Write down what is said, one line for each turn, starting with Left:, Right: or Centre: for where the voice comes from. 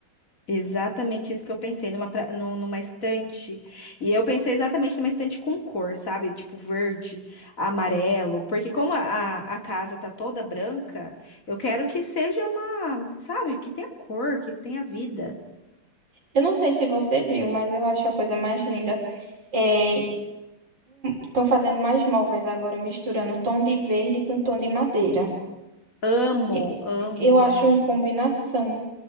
Left: Exatamente isso que eu pensei, numa, pra- nu- numa estante. E eu pensei exatamente numa estante com cor, sabe? Tipo verde, amarelo. Porque como a, a a casa tá toda branca, eu quero que seja uma, sabe? Que tenha cor, que tenha vida.
Right: Eu não sei se você viu, mas eu acho a coisa mais linda. É, estão fazendo mais móveis agora, misturando tom de verde com tom de madeira.
Left: Amo,
Right: E-
Left: amo,
Right: Eu acho
Left: amo.
Right: uma combinação